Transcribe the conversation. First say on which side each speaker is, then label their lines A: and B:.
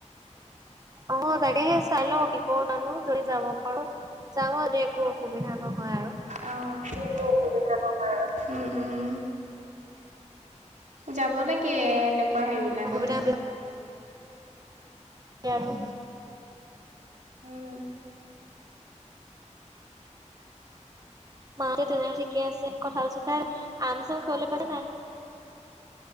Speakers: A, on the right; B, on the right.
A: অ তাকেহে চাই লও কি কৰো জানো। যদি যাব পাৰো, যাওঁ একো অসুবিধা নহয় আৰু।
B: অ সেই একো অসুবিধা নহয় আৰু উম উম। যাব লাগে এনেকুৱা সেইবিলাকতে।
A: অসুবিধা <inaudible> আৰু
B: উম
A: মা হতে তেনেলে ঠিকে আছে, কথাল চঠাল‌, আম চাম খুৱাবলে পাইচা নাই?